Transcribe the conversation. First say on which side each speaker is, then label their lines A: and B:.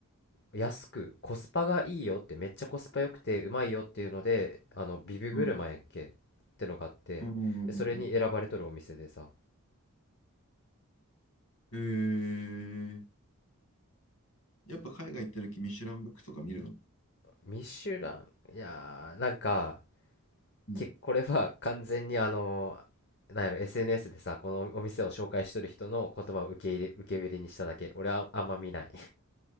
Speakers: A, on the left; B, on the left.
A: あ、安く、コスパがいいよって、めっちゃコスパ良くて、うまいよっていうので、あの、ビブグルマンやっけってのがあって、
B: うん、うん、うん、
A: で、それに選ばれとるお店でさ、
B: うん。ええー、やっぱ海外行った時ミシュランブックとか見るの
A: ミシュラン、いやー、なんか、
B: うん。
A: け、これは完全にあの、なんやろ、SNS でさ、このお店を紹介しとる人の言葉を受け入れ、受け売りにしただけ。俺はあんま見ない。